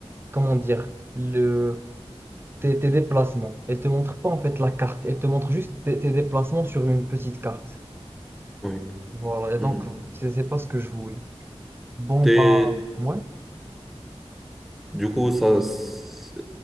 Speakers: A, on the right; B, in the centre.
A: comment dire le tes, tes déplacements. Elle te montre pas en fait la carte. Elle te montre juste tes, tes déplacements sur une petite carte.
B: oui.
A: Voilà. Et
B: Mhm.
A: donc, c'est c'est pas ce que je voulais. Bon
B: T'es-
A: bah, ouais.
B: Du coup, ça, c'est-